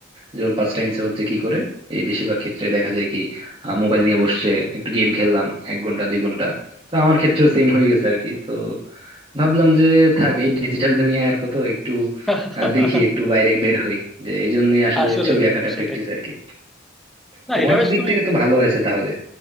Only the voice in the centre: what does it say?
<laughs>
আসলেই
বন্ধু
সেটাই
না
এটা বেশ
তুমি